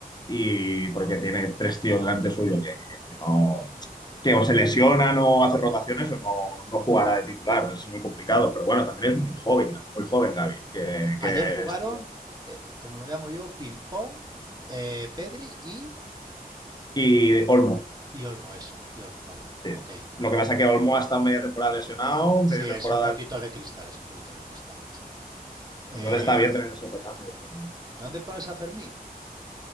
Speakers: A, on the left; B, on the right.
A: y porque tiene tres tíos delante suyo que, que- que no, que o se lesionan o hace rotaciones o no, no jugará de titular. Es muy complicado, pero bueno, también es muy joven, muy joven Gavi, que,
B: Ayer
A: que
B: jugaron,
A: estuvo-
B: eh, como lo llamo yo, ping-pong, eh, Pedri y,
A: Y Olmo,
B: y Olmo, eso. Y Olmo, vale.
A: sí.
B: Ok.
A: Lo que pasa es que Olmo ha estado media temporada lesionado, media
B: Sí,
A: temporada...
B: es un poquito de cristal, es un poquito de cristal, el chaval. Eh,
A: Entonces está bien tener esos recambios, pero...
B: ¿Dónde pones a Fermín?